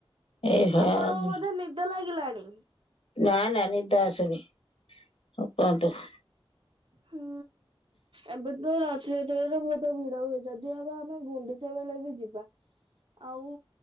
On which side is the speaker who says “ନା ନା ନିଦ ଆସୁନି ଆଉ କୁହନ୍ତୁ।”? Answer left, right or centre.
Left